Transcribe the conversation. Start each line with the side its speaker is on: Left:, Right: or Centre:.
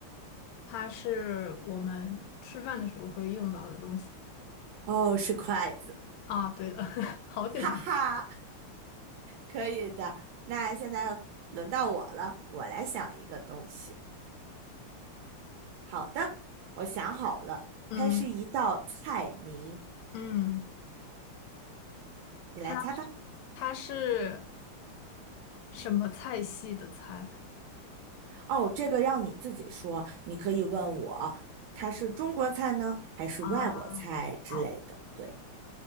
Left: 它是我们吃饭的时候会用到的东西。
Right: 哦，是筷子，
Left: 啊，对的，<laughs> 好简单。
Right: 哈哈，可以的。那现在轮到我了，我来想一个东西。好的，我想好了，
Left: 嗯
Right: 它是一道菜名，
Left: 嗯，
Right: 你来猜吧。
Left: 它它是什么菜系的菜？
Right: 哦，这个要你自己说，你可以问我，它是中国菜呢，还是外国菜之类的？
Left: 啊？好，
Right: 对，